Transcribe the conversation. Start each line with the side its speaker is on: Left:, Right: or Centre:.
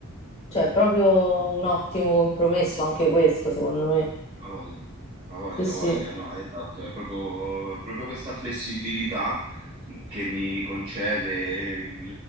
Left: c'è proprio un ottimo compromesso anche questo, secondo me.
Right: Ha voglia, ha voglia,
Left: Sì, sì.
Right: ha voglia, no, esatto, è proprio, proprio questa flessibilità che mi concede il